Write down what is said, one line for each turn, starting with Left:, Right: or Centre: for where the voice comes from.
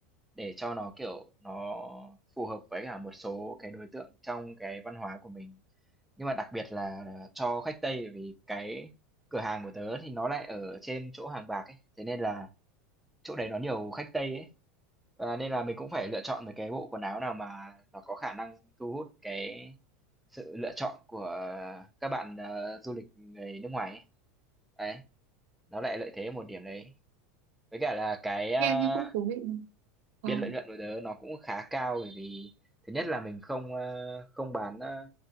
Centre: để cho nó kiểu nó phù hợp với cả một số cái đối tượng trong cái văn hóa của mình nhưng mà đặc biệt là cho khách Tây vì cái cửa hàng của tớ thì nó lại ở trên chỗ hàng bạc ấy thế nên là Chỗ đấy nó nhiều khách Tây ấy, à, nên là mình cũng phải lựa chọn một cái bộ quần áo nào mà nó có khả năng thu hút cái sự lựa chọn của các bạn, ờ, du lịch người nước ngoài ấy. Đấy, nó lại lợi thế ở một điểm đấy. Với cả là cái, a,
Right: nghe nghe cũng thú vị ờ
Centre: biên lợi nhuận của tớ nó cũng khá cao bởi vì thứ nhất là mình không, ơ, không bán, ơ,